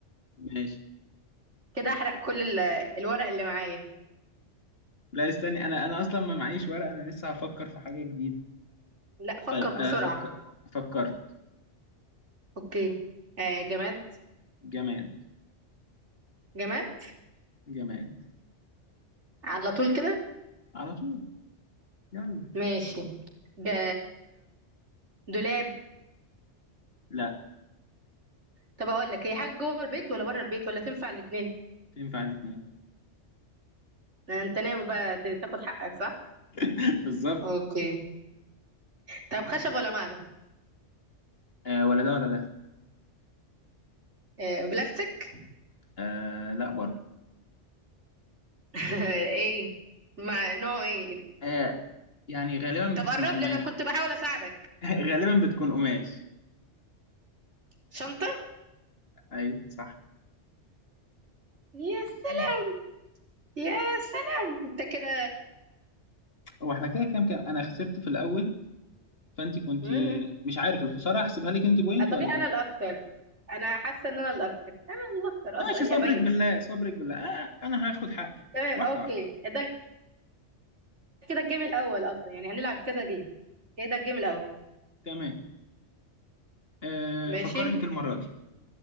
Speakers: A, on the left (about 55°); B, on the right (about 75°).
A: ماشي
B: كده أحرق كل ال- الورق اللي معايا
A: لا استني انا انا اصلا ما معيش ورقه انا لسه هفكر في حاجه جديده
B: لا فكر
A: طيب
B: بسرعة
A: انا فكر فكرت
B: أوكي آه جماد
A: جماد
B: جماد
A: جماد
B: على طول كده
A: على طول يلا
B: ماشي جا دولاب
A: لا
B: طب اقول لك هي حاجه جوه البيت ولا بره البيت ولا تنفع الاثنين
A: تنفع الاثنين
B: انت ناوي بقى ت- تاخد حقك صح
A: <laughs> بالظبط
B: اوكي طب خشب ولا معدن
A: آه ولا ده ولا ده
B: آه، بلاستيك
A: آه لا برضو
B: <laughs> ايه مع نوع ايه
A: آه يعني غالبا
B: طب
A: بتكون
B: قرب
A: قماش
B: لي انا كنت
A: <laughs>
B: بحاول اساعدك
A: غالبا بتكون قماش
B: شنطه
A: ايوه صح
B: يا سلام
A: ماشي.
B: يا سلام انت كده
A: هو احنا كده كام كام انا خسرت في الاول فانت كنت
B: مم.
A: مش عارف الخساره هحسبها لك انت بوينت
B: آه، طبيعي
A: ولا لا
B: انا الاكتر انا حاسه ان انا الاكتر انا الاكتر
A: ماشي
B: اصلا هي
A: صبرك
B: باينه
A: بالله صبرك بالله آه انا هاخد حقي
B: تمام
A: واحده
B: اوكي
A: واحده
B: ده كده الجيم الاول اصلا يعني هنلعب كذا جيم كده الجيم الاول
A: تمام آه
B: ماشي
A: فكر انت المرة دي